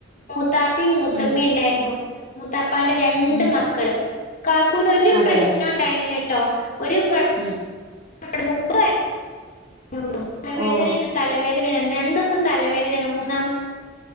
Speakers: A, on the left (about 45°); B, on the right (about 30°).
A: മൂത്താപ്പി, മൂത്തമ്മീ
B: ഉം
A: ണ്ടായിര്ന്നു. മൂത്താപ്പാന്റെ രണ്ട്
B: ഉം
A: മക്കള് കാക്കൂന് ഒരു
B: അതെ
A: പ്രശ്നുണ്ടായിന്നിലട്ടോ ഒരു കൊഴ
B: ഉം
A: <unintelligible> ഒള്ളൂ തലവേദന്യാണ്
B: ഓ
A: തലവേദന്യാണ് രണ്ട് സ് സം തലവേദനേണ്. മൂന്നാമത്തെ